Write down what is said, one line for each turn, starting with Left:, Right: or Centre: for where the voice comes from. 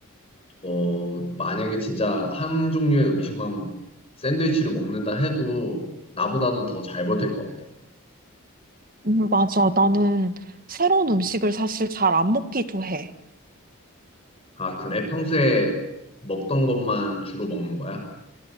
Left: 어, 만약에 진짜 한 종류의 음식만 샌드위치로 먹는다 해도 나보다는 더 잘 버틸 것 같아.
Right: 음, 맞아. 나는 새로운 음식을 사실 잘 안 먹기도 해.
Left: 아, 그래? 평소에 먹던 것만 주로 먹는 거야?